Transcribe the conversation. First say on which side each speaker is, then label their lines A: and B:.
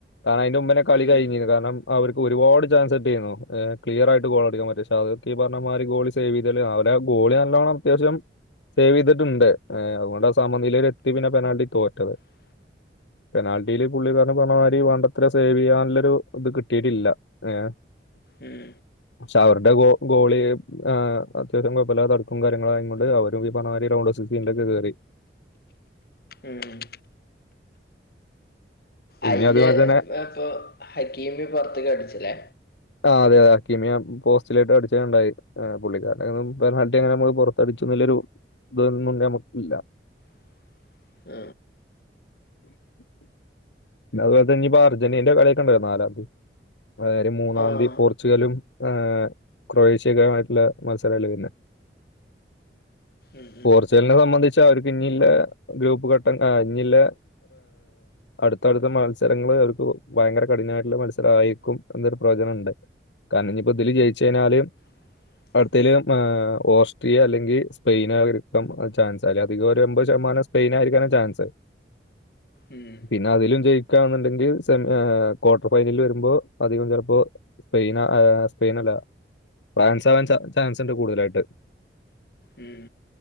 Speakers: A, on the left; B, on the left.
A: കാരണം അതിന്റെ മുമ്പനെ കളി
B: ഉം
A: കഴിഞ്ഞിരുന്നു കാരണം അവര്. ഒരുപാട് ചാൻസ് കിട്ടിയിരുന്നു ക്ലിയർ ആയിട്ട് ഗോളടിക്കാൻ പറ്റിയ പക്ഷെ അതൊക്കെ ഈ പറഞ്ഞ മാതിരി ഗോൾ സേവ്തി അവ. ഗോളി നല്ലോണം അത്യാവശ്യം. സേവ് ചെയ്തിട്ടുണ്ട് അതുകൊണ്ട് ആ സമനിലയിൽ എത്തി പിന്നെ പെനാൾഡിക്ക് തോറ്റത്.
B: ഉ
A: പെനാൽറ്റിയിൽ പുള്ളിപറഞ്ഞപറഞ്ഞ മാതിരി വണ്ടത്ര സേവ് ചെയ്യാനുള്ളൊരു ഇത് കിട്ടിയിട്ടില്ല ഏ
B: ഉം
A: പക്ഷെ അവരുടെ ഗോളി അത്യാവശ്യം കൊഴപല്ല തടുക്കും കാര്യങ്ങളും ആയ കൊണ്ട് അവരും ഈ പറഞ്ഞമാതിരി. ഡോളസി ദി ന്റെ ത് കേറി.
B: ഉം ഉം അയ്ല്
A: ഇനി അതുപോലെ തന്നെ
B: ഇപ്പൊ ഹക്കീമി പുറത്ത് ക്ക അടിച്ചില്ലേ.
A: ആ അതെ അതെ ഹക്കിമി പോസ്റ്റിലായിട്ട് അടിച്ചുണ്ടായി പുള്ളിക്കാരടൊട്ടങ്ങനെ നമ്മ പുറത്തടി.. നല്ലരു ഇതന്നും നമുക്ക് ഇല്ല.
B: <inaudible>
A: പിന്ന അതുപോലെ തന്നെ ഇപ്പൊ അർജന്റീന്റെ കളിയൊക്കെണ്ടായിരുന്നു നാലാം തീ <unintelligible> മൂന്നാതി.
B: ആഹ്
A: പോർച്ചുഗലും ആ് ക്രൊയേഷ്യ ആയിട്ടുള്ള മത്സര പിന്നെ.
B: ഉം
A: പോർച്ചുഗലിനെ സംബന്ധിച്ച.. അവർക്ക് ഇില്ല ഗ്രൂപ്പ് ഘട്ടം ഇില്ല അടുത്തടുത്ത മത്സരങ്ങള.. അവർക്ക് ഭയങ്കര കഠിനമായിട്ടുള്ള മനസരായിരിക്കും എന്നൊരു പ്രയോജനം ഉണ്ട്. കാരണം ഇനിപ്പോ ഇതില് ജയിച്ച് കഴിഞ്ഞാല്.
B: ആ
A: അടുത്തതിൽ ഓസ്ട്രിയ അല്ലെങ്കിൽ സ്പെയിൻ ആരിക്ക ചാൻസ് അധികം ഒരു എമ്പത് ശതമാനം. സ്പെയിനായിയിരിക്കാനാണ് ചാൻസ്.
B: ഉം ഉം
A: പിന്നെ അതിലും ജയ് കാണെന്നുണ്ടെങ്കിൽ സെമ ക്വാർട്ടർ ഫൈനലി വരുമ്പോ അധികം ചിലപ്പോ. സ്പെയിൻ സ്പെയിൻ അല്ല ഫ്രാൻസ് ആവാൻ ചാൻസ്ണ്ട് കൂടുതലായിട്ട്..
B: ഉം